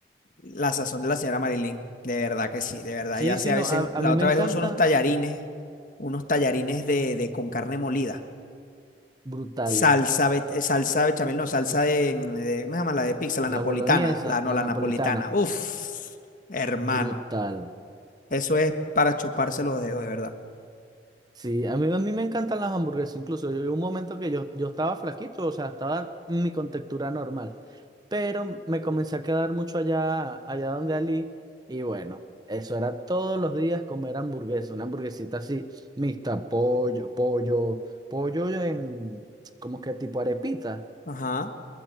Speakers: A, on the left; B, on the right.
A: La sazón de la señora Marilyn, de verdad que sí, de verdad.
B: Sí,
A: Ella hace
B: sí,
A: a
B: no,
A: veces,
B: a, a
A: la
B: mí
A: otra
B: me encanta
A: vez uso unos tallarines, unos tallarines de, de- con carne molida.
B: brutales.
A: Salsa, be- eh, salsa bechamel, no, salsa de, mm, de- ¿cómo se llama? La de pizza, la napolitana,
B: La boloñesa,
A: la no,
B: la
A: la
B: napolitana,
A: napolitana. Uf, hermano,
B: brutal.
A: eso es para chuparse los dedos, de verdad.
B: Sí, a mí, a mí me encantan las hamburguesas, incluso yo- hubo un momento que yo, yo estaba flaquito, o sea, estaba en mi contextura normal, pero me comencé a quedar mucho allá, allá donde Ali, y bueno, eso era todos los días comer hamburguesa, una hamburguesita así, mixta, pollo, pollo, pollo en, como que tipo arepita,
A: Ajá.